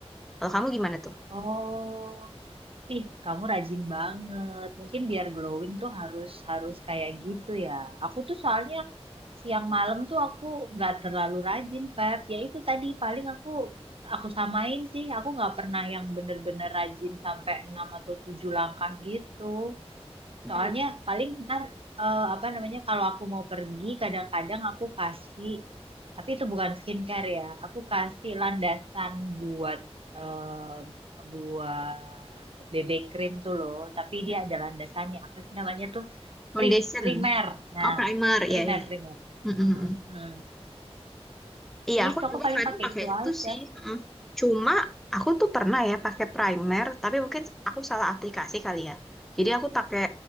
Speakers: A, in the centre; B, on the right.
A: Kalau kamu gimana tuh?
B: Oh, ih, kamu rajin banget. Mungkin biar glowing tuh harus harus kayak gitu ya. Aku tuh soalnya siang malam tuh aku nggak terlalu rajin, Feb. Ya itu tadi paling aku aku samain sih. Aku nggak pernah yang bener-bener rajin sampai 6 atau 7 langkah gitu.
A: Hmm,
B: Soalnya paling ntar eh, apa namanya kalau aku mau pergi kadang-kadang aku kasih tapi itu bukan skincare ya. Aku kasih landasan buat eh, buat BB cream tuh loh, tapi
A: mm.
B: dia ada landasannya. Apa sih namanya tuh?
A: Foundation.
B: Prim primer. Nah,
A: Oh, primer. Ya,
B: primer
A: ya.
B: primer.
A: Mm,
B: Mm-mm,
A: mm, mm.
B: mm.
A: Iya,
B: Itu
A: aku
B: aku
A: juga
B: paling
A: kadang
B: pakai
A: pakai
B: itu
A: itu
B: aja.
A: sih. Mm. Cuma aku tuh pernah ya pakai primer, tapi mungkin aku salah aplikasi kali ya. Jadi aku pakai